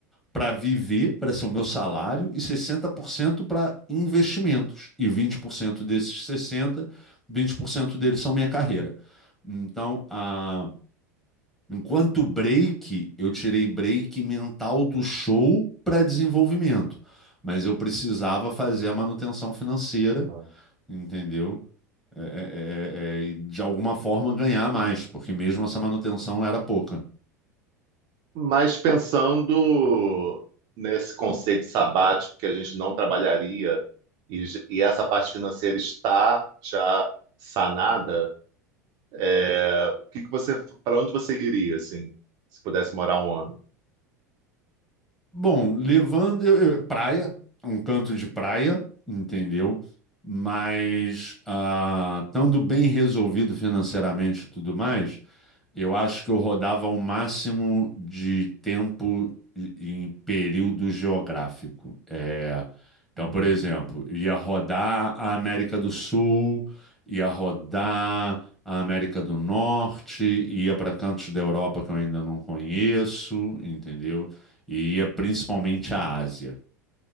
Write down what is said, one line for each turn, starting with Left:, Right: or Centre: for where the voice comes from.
Centre: para viver, para ser o meu salário, e 60% para investimentos. E 20% desses sessenta vinte por cento deles são minha carreira. Então, a, enquanto break, eu tirei break mental do show para desenvolvimento. Mas eu precisava fazer a manutenção financeira,
Right: é.
Centre: entendeu? é, é, é, é, e de alguma forma ganhar mais, porque mesmo essa manutenção era pouca.
Right: Mas pensando nesse conceito sabático que a gente não trabalharia e, j- e essa parte financeira está já sanada, é, o que que você, para onde você iria, assim, se pudesse morar um ano?
Centre: Bom, levando eu- eu- praia, um canto de praia, entendeu? Mas ah, estando bem resolvido financeiramente e tudo mais, Eu acho que eu rodava o máximo de tempo e- em período geográfico. É, então,
Right: Uhum.
Centre: por exemplo, ia rodar a América do Sul, ia rodar a América do Norte, ia para cantos da Europa que eu ainda não conheço, entendeu? E ia principalmente à Ásia.